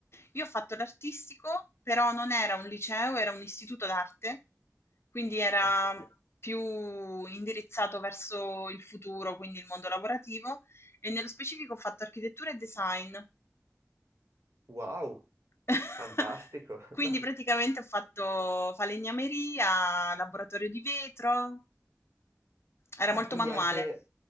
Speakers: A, on the left; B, on the right.
A: Io ho fatto l'artistico, però non era un liceo, era un istituto d'arte, quindi era
B: Ok.
A: più indirizzato verso il futuro, quindi il mondo lavorativo, e nello specifico ho fatto architettura e design.
B: Wow,
A: <laughs>
B: fantastico.
A: Quindi
B: <laughs> No.
A: praticamente ho fatto falegnameria, laboratorio di vetro, era
B: Ah,
A: molto
B: quindi
A: manuale.
B: anche...